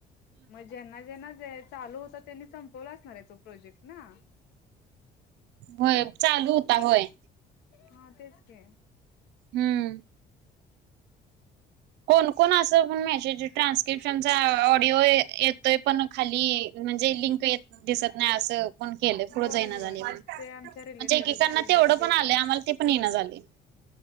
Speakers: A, on the left; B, on the right.
A: मग ज्यांना ज्यांना जे चालू होत त्यांनी संपवला असणार आहे तो प्रोजेक्ट ना.
B: होय चालू होता होय.
A: हां तेच की.
B: हम्म. कोण कोण अस पण मेसेज ट्रान्स्क्रिप्शनचा ऑडिओ येतोय पण खाली म्हणजे लिंक येत दिसत नाही असं पण केलं पुढं
A: होय
B: जाईना झाली
A: होय
B: म्हणजे
A: ते आमच्या रिलेटेडच
B: एकेकांना
A: आहे त्यांनीच
B: तेवढं
A: केलंय
B: पण आलंय आम्हांला ते पण येइना झालय.